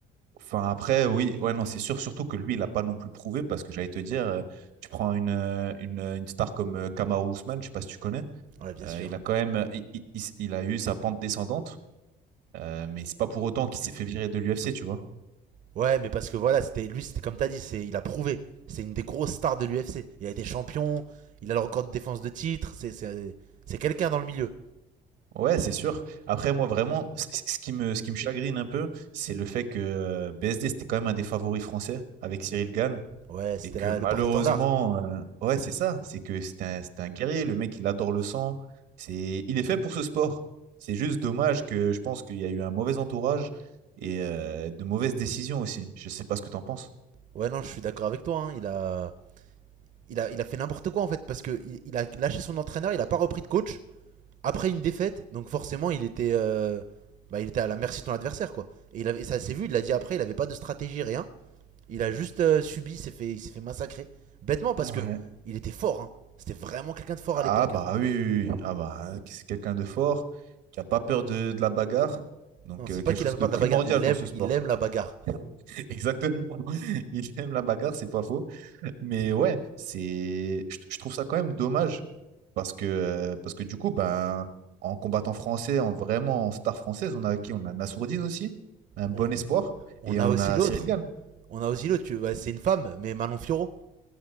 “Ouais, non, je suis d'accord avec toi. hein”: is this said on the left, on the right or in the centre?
Right